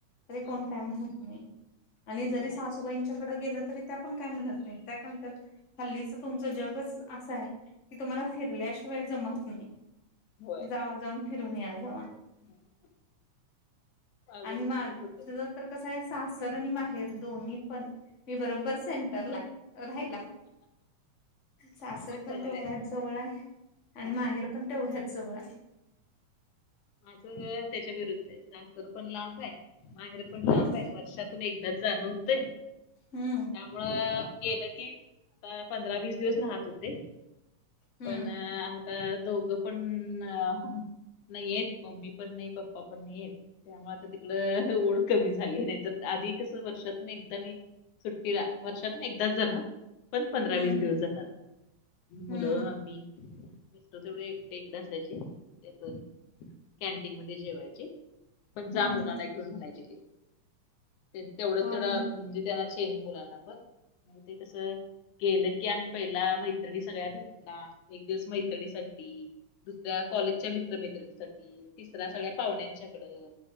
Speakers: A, on the left; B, on the left.
A: तरी कोण
B: हम्म.
A: काय म्हणत नाही आणि
B: ते
A: जरी
B: पण
A: सासूबाईंच्याकड
B: आहे खरं
A: गेलं तरी त्या पण काय म्हणत नाहीत त्या काय म्हणतात हल्लीच तुमचं जगच असय. कि तुम्हाला
B: हम्म,
A: फिरल्याशिवाय जमत नाही
B: होय
A: जावा जाऊन फिरून या जावा.
B: हम्म. माझं
A: आणि
B: पण
A: माझं
B: तसंच होतंय
A: तर कस आहे सासर आणि माहेर दोन्ही पण मी बरोबर सें टर लाय राहायला. सासर
B: मग
A: पण
B: चांगलं
A: तेवढ्याच
B: आहे
A: जवळ आहे आणि
B: हा
A: माहेरपण पण तेवढ्याच जवळ आहे.
B: माझं त्याच्या विरुद्ध आहे सासर पण लांब आहे माहेर पण
A: हम्म
B: लांब आहे वर्षातून एकदाच जाणं होतंय
A: हम्म
B: त्यामुळं गेलं की आता पंधरा वीस दिवस राहत होते
A: हम्म
B: पण अ दोघं पण नाहीयेत मम्मी पण नाही पप्पा पण नाहीयेत. त्यामुळे आता तिकड ओढ कमी झाली नाही तर आधी कस वर्षातून एकदा मी सुट्टीला वर्षातून एकदाच जाणार पण पंधरा
A: हम्म
B: वीस दिवस जाणार, मुलं
A: हम्म
B: मी. मिस्टर तेवढं एकटे इकडे असायचे ते पण कॅन्टीन मध्ये जेवायचे. पण जा
A: हम्म
B: मुलांना घेऊन म्हणायचे ते तेवढं
A: होय
B: तेवढ म्हणजे त्यांना चेंज मुलांना पण मग ते कस गेलं की आम्ही पहिला मैत्रिणी सगळ्या भेट णार एक दिवस मैत्रिणीसाठी, दुसऱ्या कॉलेजच्या मित्र मैत्रिणीसाठी तिसरा सगळ्या पाहुण्यांच्याकडं,